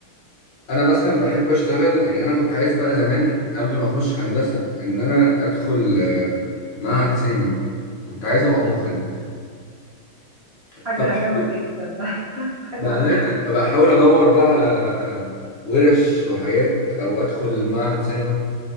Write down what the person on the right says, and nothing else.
حاجة
جامدة جدا ده <laughs> حلو
قوي